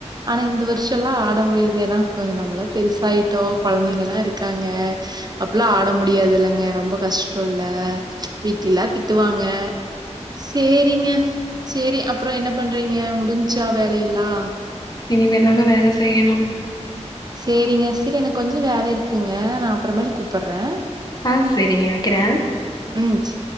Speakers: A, on the right (about 35°); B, on the left (about 35°).
A: ஆனா இந்த வருஷோ எல்லா ஆட முடியாது ஏன்னா கொஞ்சோ நம்மலா பெருசாயிட்டோ கொழந்தைங்க எல்லா இருக்காங்க அப்பல்லா ஆட முடியாது இல்லங்க ரொம்ப கஷ்டோ இல்ல வீட்ல எல்லா திட்டுவாங்க சேரிங்க சேரி அப்பறோ என்ன பண்றீங்க முடிஞ்சா வேலயில்லா
B: இனிமே தாங்க வேல செய்யணு
A: சேரிங்க செரி எனக்கு கொஞ்சோ வேல இருக்குங்க நா அப்பற மேல் கூப்பற்றே
B: ஆ சேரிங்க வெக்கிறே
A: ம் சரி.